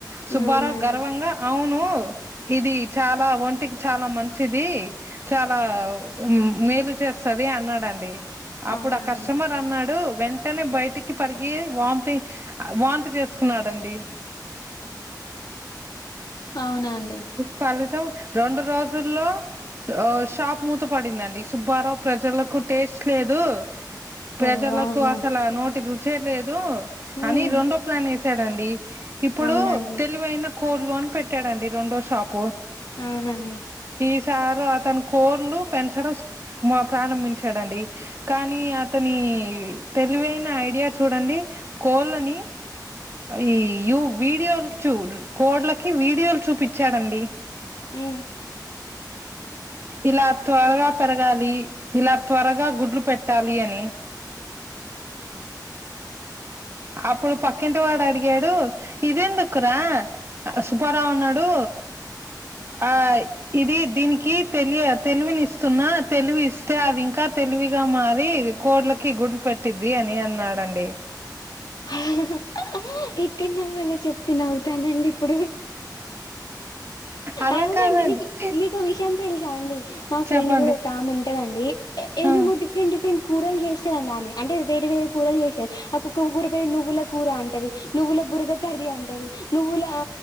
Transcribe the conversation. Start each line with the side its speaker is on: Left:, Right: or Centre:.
Right: సుబ్బారావు
Left: అవునండి
Right: గర్వంగా అవును ను ఇది చాలా ఒంటికి చాలా మంచిది చాలా మ్ మేలు చేస్తది అన్నాడండి అప్పుడు
Left: అవునా
Right: ఆ
Left: అండి
Right: కస్టమర్ అన్నాడు వెంటనే బయటికి పరిగి వాంతి వాంతి చేసుకున్నాడండి
Left: అవునా అండి
Right: ఫలితం రెండు రోజుల్లో షాప్ మూత పడిందండి సుబ్బారావు ప్రజలకు టేస్ట్ లేదు ప్రజర్లకు
Left: ఓ అవునా
Right: అసాల నోటి రు రుచేలేదు దు అని
Left: ఉమ్
Right: రెండో ప్లాన్ వేసి చడండి ఇప్పుడు
Left: అవునండి
Right: తెలివైన కొల్లు అని పెట్ట పెట్టాడండి రెండో షాపు
Left: అవునండి
Right: ఈ సారు అతను కోళ్లు పెంచడం ప్రారంభించాడండి కానీ అతని తెలివైన ఐడియా చూడండి కోళ్ళని ఈ యు వీడియో లాకి కొడ్లకి వి వీడియోలు చూపిచ్చాడండి
Left: ఉమ్
Right: ఇలా త్వరగా పెరగాలి ఇలా త్వరగా గుడ్లు పెట్టాలి అని అప్పుడు పక్కింటి వాడు అడిగాడు ఇదేందుకురా సుబ్బారావు అన్నాడు ఆ ఇది దీనికి తెలి తెలివిని ఇస్తున్నా తెలివి ఇస్తే అది ఇంకా తెలివిగా మారి కోడ్లకి గుడ్లు పెట్టిద్ది అని అన్నాడంండి
Left: <unintelligible> ఎక్కడనవవాలో చెప్తే నవ్వుతానండి ఇప్పుడు
Right: అలా
Left: అవునండి
Right: కాదండి
Left: నీకు మీకు విషయం తెలుసా అండి మా
Right: చెప్పండి
Left: ఫ్రెండ్ కూడా ఒకామె ఉంటాది ఎ ఏమేమో
Right: ఆ
Left: డిఫరెంట్ డిఫరెంట్ కూరలు చేస్తదంట ఆమె అంటే వేరు వేరు కూరలు చేస్తది ఆ కుక్క ఉగురు. పే నువ్వుల కూర అంటది. నువ్వుల బురద కర్రి అంటది. నువ్వుల ఆ